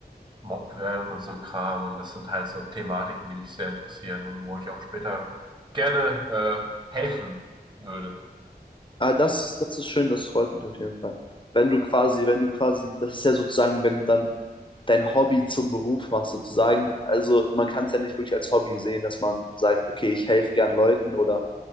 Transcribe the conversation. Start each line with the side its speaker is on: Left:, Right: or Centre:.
Right: gemobbt werden und so ein Kram. Und das sind halt so Thematiken, die mich sehr interessieren und wo ich auch später gerne äh, helfen würde.
Left: Ah, das ist, das ist schön, das freut mich auf jeden Fall. Wenn du quasi, wenn du quasi, das ist ja sozusagen, wenn du dann dein Hobby zum Beruf machst, sozusagen. Also man kann es ja nicht wirklich als Hobby sehen, dass man sagt, okay, ich helfe gern Leuten oder